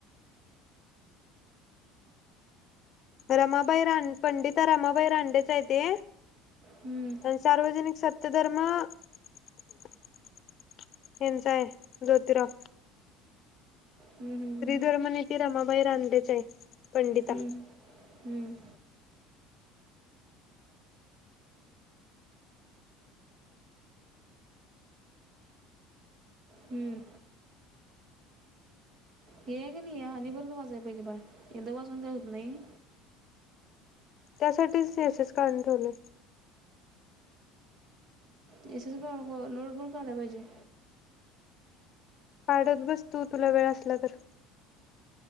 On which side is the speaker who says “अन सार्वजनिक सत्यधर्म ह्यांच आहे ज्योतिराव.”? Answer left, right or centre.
Left